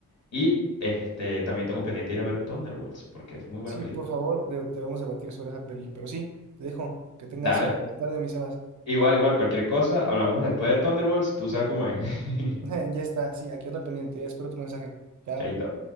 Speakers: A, on the left; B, on the right.
A: Y este, también tengo pendiente ir a ver Thunderbolts, porque es muy buena
B: Sí,
A: película.
B: por favor, de- debemos debatir sobre esa peli. Pero sí, te dejo. Que tengas
A: Dale,
B: una buena tarde, mi Sebas.
A: igual, igual, cualquier cosa, hablamos después de Thunderbolts, tú sabes cómo es. <laughs>
B: <laughs> Ya está, sí, aquí ando al pendiente. Espero tu mensaje. Chao.
A: Chaito.